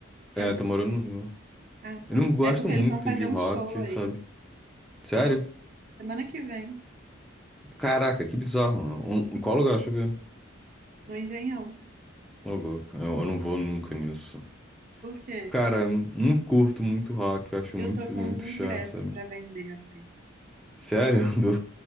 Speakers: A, in the centre; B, on the right.
A: É,
B: Eu...
A: tá morando no Rio.
B: Ah, tá.
A: Eu não gosto
B: É porque
A: muito
B: eles vão fazer
A: de rock,
B: um show aí,
A: sabe? Sério?
B: semana que vem,
A: Caraca, que bizarro. mano. Um, em qual lugar? Deixa eu ver.
B: no Engenhão.
A: Ô, louco, eu, eu não vou nunca nisso.
B: Por quê?
A: Cara, não curto muito rock, eu acho muito,
B: Eu tô com
A: muito
B: um
A: chato,
B: ingresso
A: sabe?
B: pra vender até.
A: Sério? <laughs> Du-